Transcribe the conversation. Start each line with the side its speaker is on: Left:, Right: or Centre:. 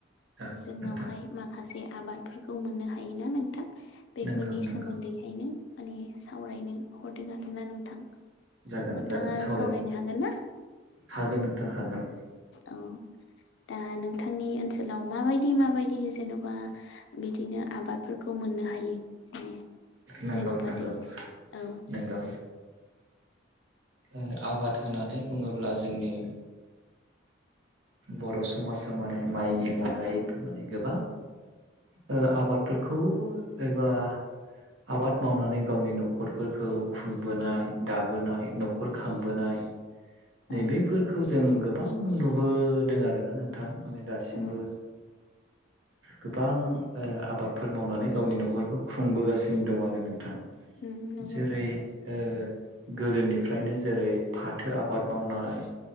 Right: औ
Left: जोंनावहाय
Right: नोंथां
Left: माखासे आबादफोरखौ मोननो हायोना नोंथां बेफोरनि
Right: नंगौ नंगौ
Left: सोमोन्दैहायनो माने सावरायनो हरदों आरोना नोंथां नोंथाङा
Right: जागोन जागोन सावराय
Left: सावरायनो हागोन ना
Right: हागोन नोंथां हागोन
Left: औ दा नोंथांनि ओनसोलाव माबायदि माबायदि जेन'बा बिदिनो आबादफोरखौ मोननो हायो माने
Right: नंगौ
Left: जेन'बा
Right: नंगौ
Left: दै औ
Right: नंगौ ओ आबाद होननानै बुङोब्ला जोंनि बर' समाजा माने माइनि अनगायैबो
Left: औ
Right: माने गोबां ओ आबादफोरखौ एबा आबाद मावनानै गावनि न'खरफोरखौ खुंबोनाय
Left: औ
Right: दाबोनाय न'खर खांबोनाय नै
Left: औ
Right: बेफोरखौ जों गोबां नुबोदों आरोना नोंथां माने दासिमबो
Left: औ
Right: गोबां ओ आबादफोर मावनानै गावनि न'खरखौ खुंबोगासिनो दं आरो नों थां
Left: उम नंगौ
Right: जेरै ओ गोदोनिफ्रायनो जेरै फाथो आबाद मावनाय